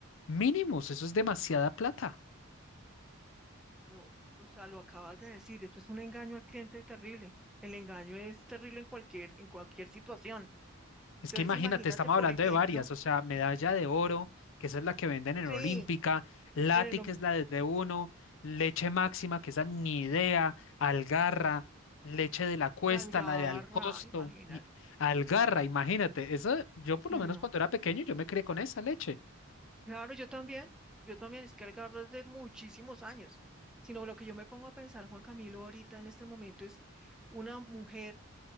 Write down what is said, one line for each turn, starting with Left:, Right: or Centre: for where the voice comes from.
Left: mínimos. Eso es demasiada plata.
Centre: Lo- o sea, lo acabas de decir, esto es un engaño al cliente terrible. El engaño es terrible en cualquier, en cualquier situación.
Left: Es
Centre: Entonces,
Left: que imagínate,
Centre: imagínate,
Left: estamos
Centre: por
Left: hablando
Centre: ejemplo,
Left: de varias, o sea, medalla de oro, que esa es la que venden en
Centre: sí,
Left: Olímpica, Lati,
Centre: en el
Left: que es la de uno, leche máxima, que esa ni idea, Algarra, leche de la cuesta,
Centre: La algarra,
Left: la de Alcosto,
Centre: imagínate.
Left: y Algarra, imagínate, eso yo por lo
Centre: No.
Left: menos cuando era pequeño yo me crié con esa leche.
Centre: Claro, yo también. Yo también, es que algarra es de muchísimos años. Sino lo que yo me pongo a pensar, Juan Camilo, ahorita en este momento es una mujer